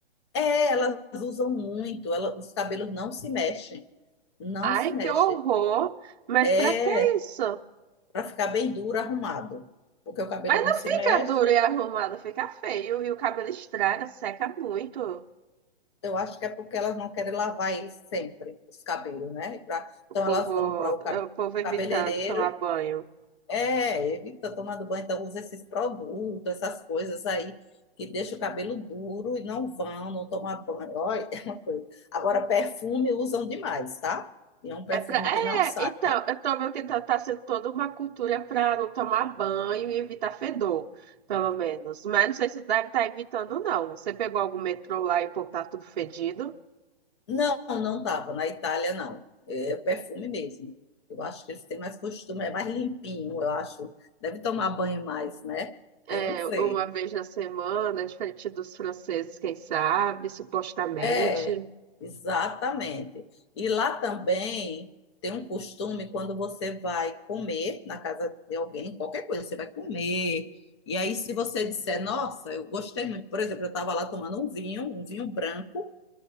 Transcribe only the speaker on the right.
Ai,
que horror. Mas pra
que isso?
Mas
não
fica
duro e arrumado, fica feio. E o cabelo estraga, seca muito.
O povo,
o povo
evitando tomar banho.
É pra... É,
então, eu tô vendo que tá, tá sendo toda uma cultura para não tomar banho e evitar fedor, pelo menos. Mas não sei se deve estar evitando, não. Você pegou algum metrô lá e o povo tá tudo fedido?
É,
uma vez na semana, diferente dos franceses, quem sabe, supostamente.